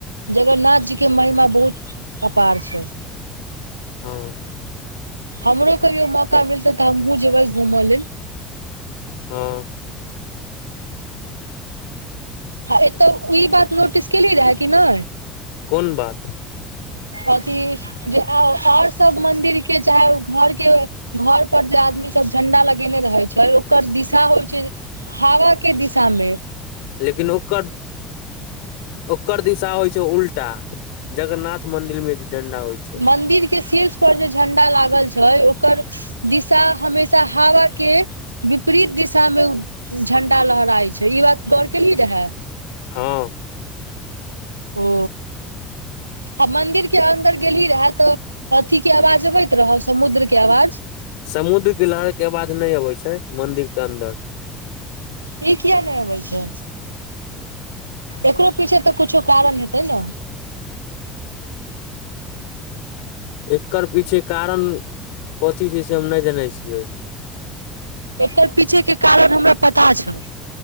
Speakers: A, on the right; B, on the left.
A: जगन्नाथ जी के महिमा बहुत अपार छै
B: हँ
A: हमरो कहियो मौका मिलतै तऽ हमहुँ जेबै घूमऽ ले
B: हँ
A: ह अते ई बात नोटिस केली रहय कि ने
B: कोन बात
A: अथि जे ओर सब मंदिर के चाहे ओ घर के घर पर जे आदमी सब झंडा लगेने रहै छै ओकर दिशा होइ छै हवा के दिशामे
B: लेकिन ओकर ओकर दिशा होइ छै उल्टा जगन्नाथ मंदिर मे जे झंडा होइ छै
A: मन्दिर के शीर्ष पर जे झण्डा लागल छै ओकर दिशा हमेशा हवा के विपरीत दिशा मे उ झंडा लहराय छै ई बात गौर केेली रहे
B: हँ
A: ओ आ मंन्दिर के अन्दर गेली रहे त अथी के आवाज अबैत रह समुद्र के आवाज
B: समुद्र के लहर के आवाज नहि अबै छै मंदिर के अन्दर
A: ई किया नहि होबै छै एकरो पीछे तऽ कुछो कारण हेतै ने
B: एकर पीछे कारण कथी छै से हम नहि जानै छियै
A: एकर पीछे के कारण हमरा पता छै